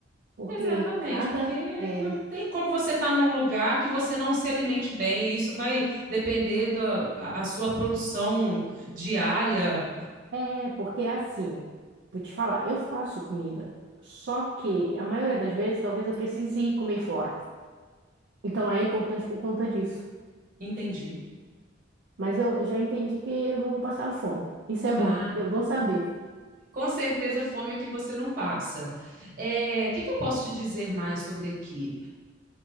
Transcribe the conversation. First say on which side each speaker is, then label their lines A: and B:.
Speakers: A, on the right; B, on the right.
A: Porque
B: Exatamente,
A: cada
B: porque
A: eh,
B: não tem como você estar num lugar que você não se alimente bem, e isso vai depender da a, a sua produção diária.
A: É, porque é assim, vou te falar, eu faço comida, só que a maioria das vezes talvez eu precise ir comer fora. Então é importante por conta disso.
B: Entendi.
A: Mas eu eu já entendi que eu não vou passar fome. Isso é bom,
B: Ah,
A: eu
B: não.
A: vou saber.
B: Com certeza, fome é que você não passa. É, O que, que eu posso te dizer mais sobre aqui?